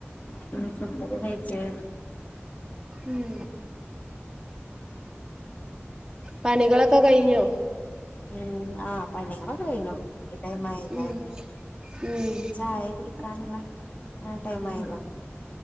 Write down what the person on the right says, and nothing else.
ഉം പണികളൊക്കെ കഴിഞ്ഞോ
ഉം ഉം